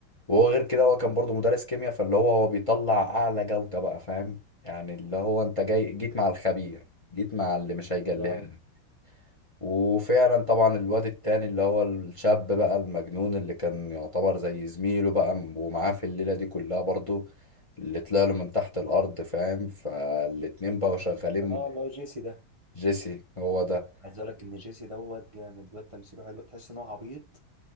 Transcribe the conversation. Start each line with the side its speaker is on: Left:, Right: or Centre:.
Left: وهو غير كده هو كان برضو مدرس كيمياء فاللي هو هو بيطلع أعلى جودة بقى فاهم يعني اللي هو أنت جاي جيت مع الخبير جيت مع اللي مش هيجليها
Right: بالظبط
Left: لك. وفعلا طبعا الواد التاني اللي هو الشاب بقى المجنون اللي كان يعتبر زي زميله بقى ومعاه في الليلة دي كلها برضو اللي طلع له من تحت الأرض فاهم فالاتنين بقوا شغالين
Right: اه
Left: مع
Right: اللي هو جيسي ده
Left: جيسي هو ده
Right: عايز اقول لك ان جيسي دوت جامد الواد تمثيله حلو تحس ان هو عبيط